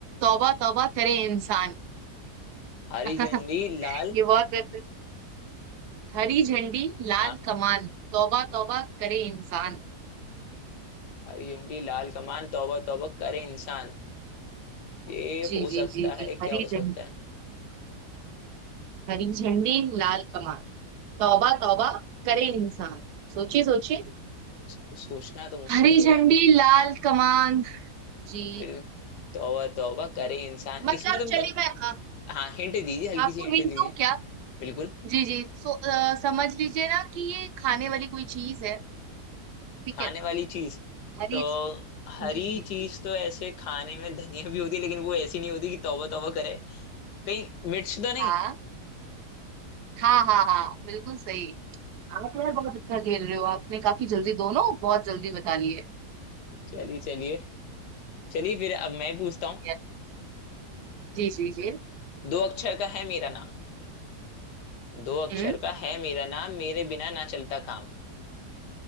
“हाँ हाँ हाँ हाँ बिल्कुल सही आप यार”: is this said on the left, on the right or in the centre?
Right